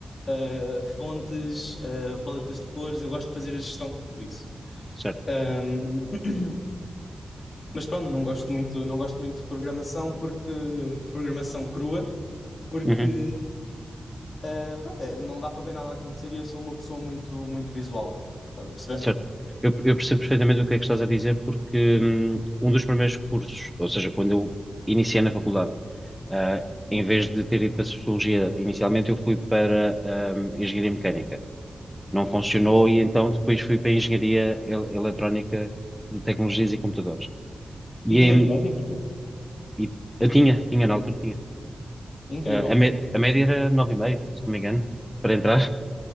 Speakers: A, on the left (about 60°); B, in the centre.
A: eh, fontes, eh, paletas de cores, eu gosto de fazer a gestão de tudo isso.
B: Certo.
A: Ahm, <clears throat> mas pronto, não gosto muito, não gosto muito de programação porque programação crua, porque
B: Uhum.
A: eh, pronto, é, não dá para ver nada a acontecer e eu sou uma pessoa muito, muito visual. Estás a perceber?
B: Certo. Eu, eu percebo perfeitamente o que é que estás a dizer, porque hum, um dos primeiros cursos, ou seja, quando eu iniciei na faculdade, ah, em vez de ter ido para Sociologia inicialmente, eu fui para hum, Engenharia Mecânica. Não funcionou
A: E
B: e então depois fui para Engenharia El- Eletrónica de Tecnologias e Computadores. E,
A: E
B: em-
A: tinhas média para isso?
B: e- eu tinha, tinha na altura, tinha.
A: Incrível.
B: Ah, a, mé- a média era 9,5, se não me engano, para entrar.